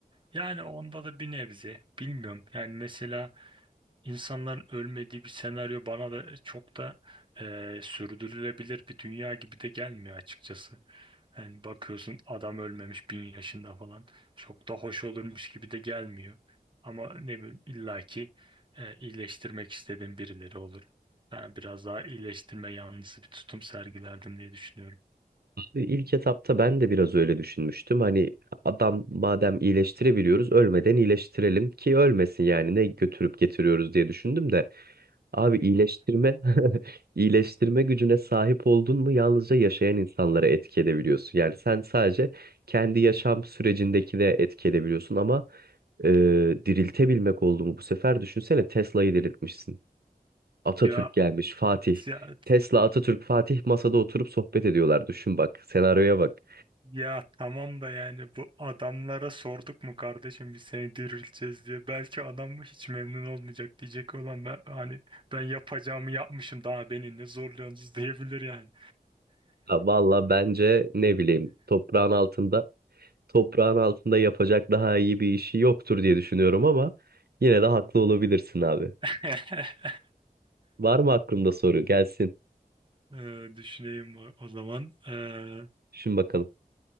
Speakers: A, on the right; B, on the right.
A: Yani onda da bir nebze bilmiyorum. Yani mesela İnsanların ölmediği bir senaryo bana da çok da e, sürdürülebilir bir dünya gibi de gelmiyor açıkçası. Yani bakıyorsun adam ölmemiş bin yaşında falan çok da hoş olurmuş gibi de gelmiyor. Ama ne bileyim illaki e, iyileştirmek istediğim birileri olur. Ben biraz daha iyileştirme yanlısı bir tutum sergilerdim diye düşünüyorum.
B: Abi İlk etapta ben de biraz öyle düşünmüştüm. Hani adam madem iyileştirebiliyoruz ölmeden iyileştirelim ki ölmesin yani ne götürüp getiriyoruz diye düşündüm de. Abi iyileştirme <laughs> iyileştirme gücüne sahip oldun mu yalnızca yaşayan insanlara etki edebiliyorsun. Yani sen sadece kendi yaşam sürecindeki de etki edebiliyorsun ama e, diriltebilmek oldu mu bu sefer düşünsene Tesla'yı diriltmişsin. Atatürk
A: Ya,
B: gelmiş, Fatih.
A: ya,
B: Tesla, Atatürk, Fatih masada oturup sohbet ediyorlar. Düşün bak, senaryoya bak.
A: ya tamam da yani bu adamlara sorduk mu kardeşim biz seni dirilteceğiz diye. Belki adam hiç memnun olmayacak diyecek olan ben, hani ben yapacağımı yapmışım daha beni ne zorluyorsunuz diyebilir yani.
B: Ha, valla bence ne bileyim toprağın altında toprağın altında yapacak daha iyi bir işi yoktur diye düşünüyorum ama yine de haklı olabilirsin abi.
A: <laughs>
B: Var mı aklında soru? Gelsin.
A: Ee, düşüneyim o o zaman. Ee,
B: Şimdi bakalım.